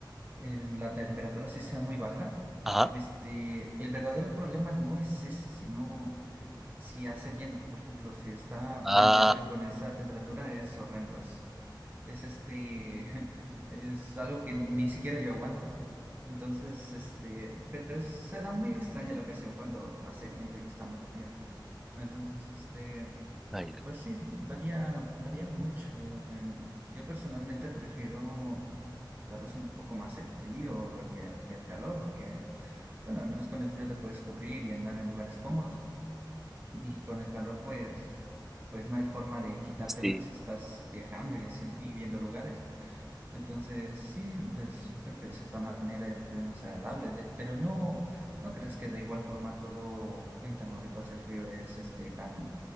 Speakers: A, on the right; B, in the centre.
A: en la temperatura sí sea muy baja,
B: Ajá.
A: este, el verdadero problema no es ese, sino si hace viento. Por ejemplo, si está
B: Ah,
A: venteando y con esa temperatura es horrendo, es, es este, <laughs> es algo que ni siquiera yo aguanto. Entonces, este, pero es- se da muy extraña la ocasión cuando hace viento y está muy frío. Entonces, este,
B: ahí va.
A: pues sí, varía, varía mucho. em, Yo personalmente prefiero tal vez un poco más el frío que, que el calor, porque, bueno, al menos con el frío te puedes cubrir y andar en lugares cómodos. Y con el calor, pues pues no hay forma de quitártelo
B: Sí,
A: si estás viajando y, haciendo, y viendo lugares. Entonces, sí, pues creo que de cierta manera fue más agradable, de- pero no, no creas que de igual forma todo en Tamaulipas el frío es este tan,